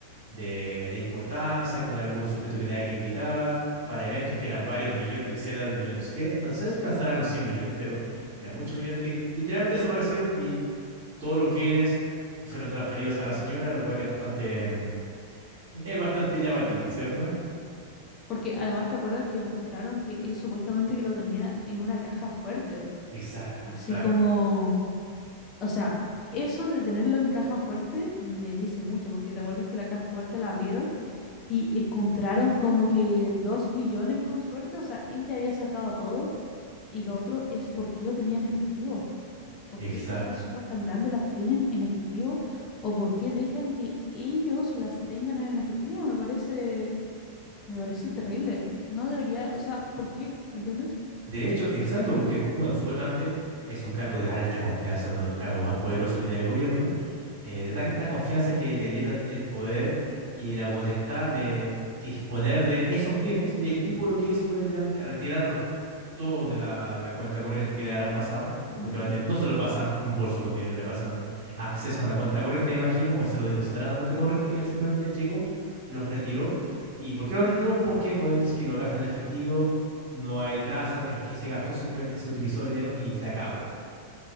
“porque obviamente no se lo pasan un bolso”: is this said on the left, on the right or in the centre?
Right